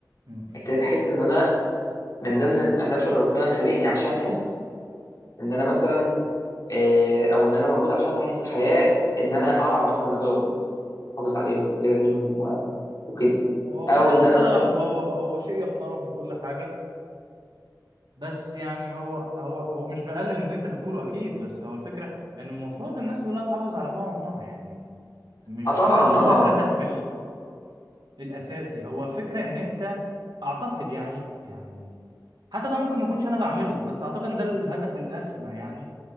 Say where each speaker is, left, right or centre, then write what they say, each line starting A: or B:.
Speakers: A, on the right; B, on the left.
A: مم.
B: ابتديت احس ان انا من ضمن الاهداف اللي ربنا خلقني عشانها ان انا مثلا آه، او ان انا موجود عشانها يعني في الحياه ان انا ارعى مثلا ابويا وامي احافظ عليهم واخلي بالي منهم و- وكده
A: والله
B: او
A: يا
B: ان
A: اسطى
B: انا مثلا
A: هو هو شيء يحترم وكل حاجه بس يعني هو هو هو مش بقلل من اللي انت بتقوله اكيد بس هو الفكره ان المفروض الناس كلها تحافظ على ابائها وامها يعني مش
B: اه طبعا
A: ده الهدف
B: طبعا
A: الاساسي هو فكره ان انت اعتقد يعني يعني حتى ده ممكن ما اكونش انا بعمله بس اعتقد ان ده الهدف الاسمى يعني